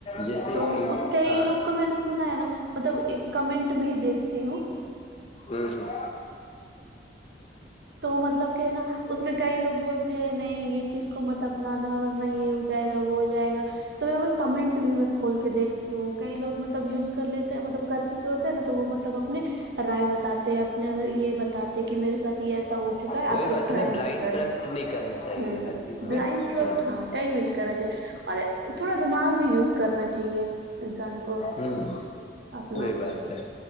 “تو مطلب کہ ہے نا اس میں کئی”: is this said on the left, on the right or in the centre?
Right